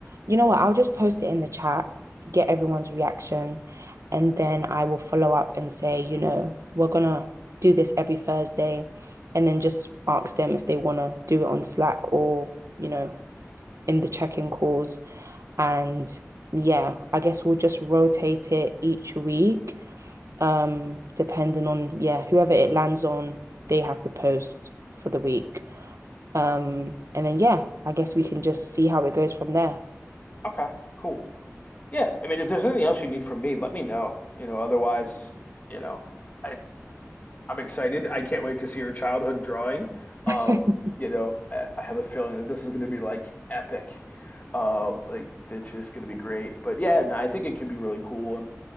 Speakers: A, on the right; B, on the left.
A: you know what? I'll just post it in the chat, get everyone's reaction, and then I will follow up and say, you know, we're gonna do this every Thursday, and then just ask them if they want to do it on Slack or, you know, in the check in calls. And yeah, I guess we'll just rotate it each week, um, depending on, yeah, whoever it lands on, they have to post for the week. Um, and then yeah, I guess we can just see how it goes from there.
B: okay cool yeah i mean if there's anything else you need from me let me know you know otherwise you know i i'm excited i can't wait to see your childhood drawing um
A: <laughs>
B: you know i, I have a feeling that this is going to be like epic uh like it's just going to be great but yeah no, i think it could be really cool and